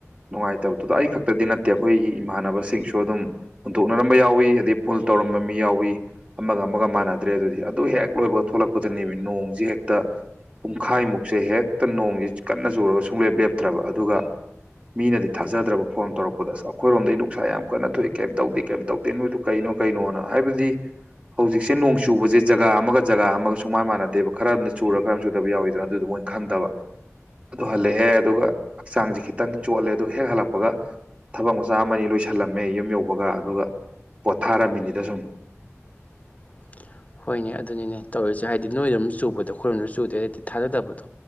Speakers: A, on the right; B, on the left.
A: ꯅꯨꯡꯉꯥꯏꯇꯕꯗꯨꯗ ꯑꯩ ꯈꯛꯇꯗꯤ ꯅꯠꯇꯦ ꯑꯩꯈꯣꯏꯒꯤ ꯏꯃꯥꯟꯅꯕꯁꯤꯡꯁꯨ ꯑꯗꯨꯝ ꯍꯨꯟꯗꯣꯛꯅꯔꯝꯕ ꯌꯥꯎꯋꯤ ꯑꯗꯩ ꯐꯨꯨꯜ ꯇꯧꯔꯝꯕ ꯃꯤ ꯌꯥꯎꯏ ꯑꯃꯒ ꯑꯃꯒ ꯃꯥꯟꯅꯗ꯭ꯔꯦ ꯑꯗꯨꯗꯤ ꯑꯗꯨꯢ ꯍꯦꯛ ꯂꯣꯏꯕ ꯊꯣꯛꯂꯛꯄꯗꯅꯦꯕ ꯅꯣꯡꯁꯤ ꯍꯦꯛꯇ ꯄꯨꯡꯈꯥꯏꯃꯨꯛꯁꯦ ꯍꯦꯛꯇ ꯅꯣꯡꯁꯦ ꯀꯟꯅ ꯆꯨꯔꯒ ꯁꯨꯡꯂꯦꯞ ꯂꯦꯞꯇ꯭ꯔꯕ ꯑꯗꯨꯒ ꯃꯤꯅꯗꯤ ꯊꯥꯖꯗ꯭ꯔꯕ ꯐꯣꯟ ꯇꯧꯔꯛꯄꯗ ꯑꯁ ꯑꯩꯈꯣꯏꯔꯣꯝꯗ ꯅꯨꯡꯁꯥ ꯌꯥꯝ ꯀꯟꯅ ꯊꯣꯛꯏ ꯀꯩꯝ ꯇꯧꯗꯦ ꯀꯩꯝ ꯇꯧꯗꯦ ꯅꯣꯏꯗꯣ ꯀꯩ ꯅꯣꯢ ꯀꯩꯅꯣꯅ ꯍꯥꯏꯕꯗꯤ ꯍꯧꯖꯤꯛꯁꯦ ꯅꯣꯡ ꯆꯨꯕꯁꯦ ꯖꯒꯥ ꯑꯃꯒ ꯖꯒꯥ ꯑꯃꯒꯁꯨ ꯁꯨꯛꯃꯥꯟ ꯃꯥꯟꯅꯗꯦꯕ ꯈꯔꯑꯃꯅ ꯆꯨꯔꯞ ꯈꯔ ꯑꯃꯅ ꯆꯨꯗꯕ ꯌꯥꯎꯋꯤꯗꯅ ꯑꯗꯨꯗꯣ ꯃꯣꯏ ꯈꯪꯗꯕ ꯑꯗꯨ ꯍꯜꯂꯛꯑꯦ ꯑꯗꯨꯒ ꯍꯛꯆꯥꯡꯁꯦ ꯈꯤꯇꯪ ꯆꯣꯠꯂꯦ ꯑꯗꯨ ꯍꯦꯛ ꯍꯜꯂꯛꯄꯒ ꯊꯕꯛ ꯃꯆꯥ ꯑꯃꯅꯤ ꯂꯣꯏꯁꯤꯜꯂꯝꯃꯦ ꯌꯨꯝ ꯌꯧꯕꯒ ꯑꯗꯨꯒ ꯄꯣꯊꯥꯔꯝꯃꯤꯅꯤꯗ ꯁꯨꯝ
B: <inaudible> ꯍꯣꯏꯅꯦ ꯑꯗꯨꯅꯤꯅꯦ ꯇꯧꯔꯤꯁꯦ ꯍꯥꯏꯗꯤ ꯅꯣꯏꯔꯣꯝ ꯆꯨꯕꯗꯣ ꯑꯩꯈꯣꯏꯔꯣꯝꯗ ꯆꯨꯗꯦ ꯊꯥꯖꯗꯕꯗꯣ